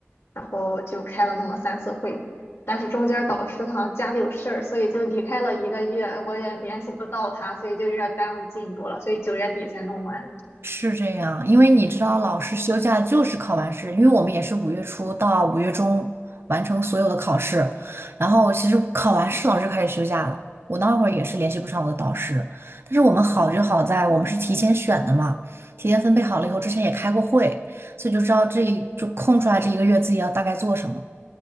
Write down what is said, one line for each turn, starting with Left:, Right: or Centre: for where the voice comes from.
Left: 然后就开了那么三次会，但是中间导师好像家里有事儿，所以就离开了一个月，我也联系不到他，所以就有点耽误进度了，所以九月底才弄完。
Right: 是这样，因为你知道，老师休假就是考完试，因为我们也是五月初到五月中完成所有的考试，然后其实考完试老师就开始休假了。我那会儿也是联系不上我的导师，但是我们好就好在我们是提前选的嘛，提前分配好了以后，之前也开过会，所以就知道这就空出来这一个月自己要大概做什么。